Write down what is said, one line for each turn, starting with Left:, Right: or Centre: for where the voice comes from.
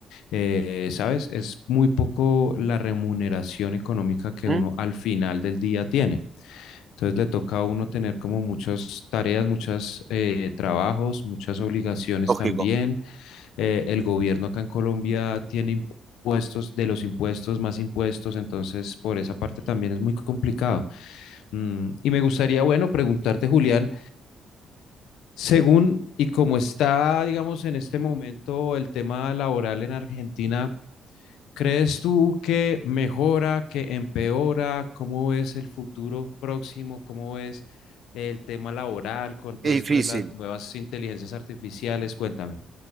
Left: eh, ¿sabes? Es muy poco la remuneración económica que
Right: ¿Mm?
Left: uno al final del día tiene. Entonces le toca a uno tener como muchas tareas, muchos trabajos, muchas obligaciones
Right: Lógico.
Left: también eh, el gobierno acá en Colombia tiene impuestos, de los impuestos más impuestos, entonces por esa parte también es muy complicado. Mm, y me gustaría, bueno, preguntarte, Julián, según y como está, digamos, en este momento el tema laboral en Argentina, ¿crees tú que mejora, que empeora? ¿Cómo ves el futuro próximo? ¿Cómo ves el tema laboral con todo
Right: Qué
Left: esto
Right: difícil.
Left: de las nuevas inteligencias artificiales? Cuéntame.